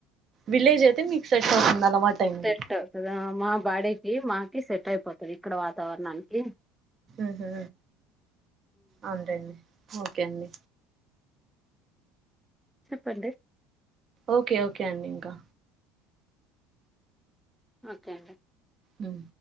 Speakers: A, on the right; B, in the centre.
A: విలేజ్ అయితే మీకు సెట్ అవుతుంది. అలవాటైంది
B: సెట్ అవుతుదా మా బాడే ఈ మాకి సెట్ అయిపోతది ఇక్కడ వాతావరణానికి
A: ఉహు అవునులేండి ఓకే అండి
B: చెప్పండి
A: ఓకే ఓకే అండి ఇంకా
B: ఓకే అండి
A: హ్మ్